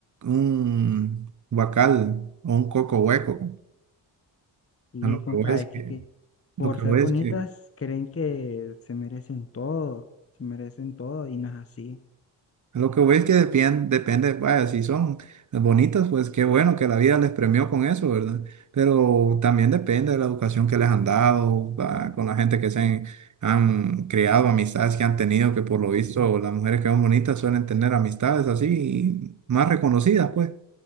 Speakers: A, on the right (about 35°); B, on the left (about 30°).
A: un guacal o un coco hueco.
B: Y
A: A lo
B: compa,
A: que voy es
B: es
A: que,
B: que, que
A: lo
B: por
A: que
B: ser
A: voy
B: bonitas
A: es que
B: creen que se merecen todo, se merecen todo y no es así.
A: Lo que voy es que depende, depende, vaya, si son bonitas, pues qué bueno que la vida les premió con eso, ¿verdad? Pero también depende de la educación que les han dado, va, con la gente que se han, han creado, amistades que han tenido, que por lo visto las mujeres que son bonitas suelen tener amistades así, más reconocidas, pues.